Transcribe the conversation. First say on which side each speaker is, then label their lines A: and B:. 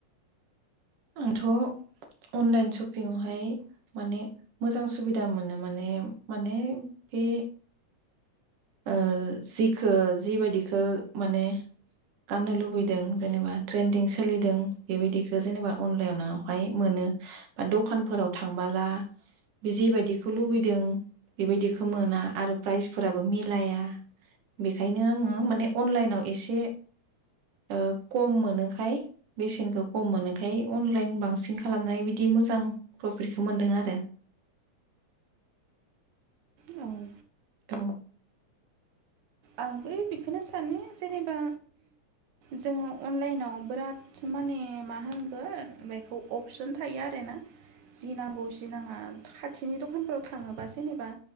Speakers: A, on the right; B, on the right.
A: आंथ' अनलाइन सपिंआवहाय माने मोजां सुबिदा मोनो माने माने बे ओ जिखो जिबायदिखो माने गाननो लुबैदों जेनेबा ट्रेन्दिं सोलिदों बेबायदिखो जेनेबा अनलाइनावहाय मोनो बा दखानफोराव थांबाला बे जेबायदिखौ लुबैदों बेबायदिखौ मोना आरो प्राइसफोराबो मिलाया बेखायनो आङो माने अनलाइनाव एसे ओ कम मोनोखाय बेसेनखौ कम मोनोख ओंखाय अनलाइन बांसिन खालामनाय बिदि मोजां प्रफिटखौ मोनदों आरो
B: औ
A: औ
B: आंबो बेखोनो सानो जेनेबा जोङो अनलाइनाव बिराद माने मा होनगोन बेखौ अपसन थायो आरोना जि नांगौ जि नाङा खाथिनि दखानफोराव थाङोबा जेनेबा